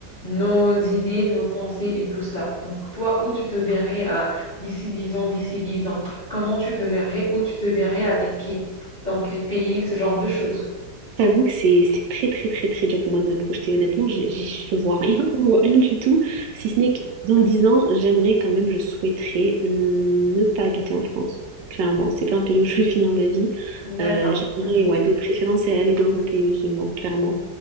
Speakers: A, on the left; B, on the right.
A: nos idées, nos pensées et tout cela. Donc, toi, où tu te verrais à d'ici 10 ans, d'ici 10 ans? Comment tu te verrais? Où tu te verrais avec qui? Dans quel pays? Ce genre de choses.
B: T'avoue que c'est c'est très très très très dur pour moi de me projeter. Honnêtement, j'ai- j'ai- je vois rien, <laughs> je vois rien du tout. Si ce n'est que dans 10 ans, j'aimerais quand même, je souhaiterais hum, ne pas habiter en France. Clairement, c'est pas un pays où je veux finir ma vie.
A: D'accord.
B: Euh, j'aimerais,
A: Mhm,
B: ouais, de préférence aller dans un pays musulman, clairement.